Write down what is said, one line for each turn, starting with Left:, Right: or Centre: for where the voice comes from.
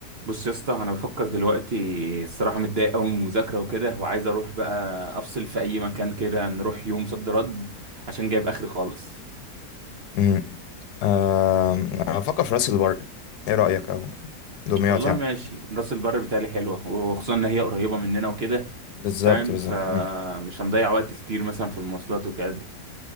Right: بص يا اسطى انا بفكر دلوقتي الصراحه متضايق قوي من المذاكره وكده وعايز اروح بقى افصل في اي مكان كده نروح يوم صد رد عشان جايب اخري خالص
Left: امم آه افكر في راس البر ايه رأيك او دمياط
Right: والله
Left: يعني
Right: ماشي راس البر بتاعي حلوه وخصوصا ان هي قريبه مننا وكده
Left: بالظبط
Right: فاهم
Left: بالظبط
Right: فمش
Left: مم.
Right: هنضيع وقت كتير مثلا في المواصلات وكده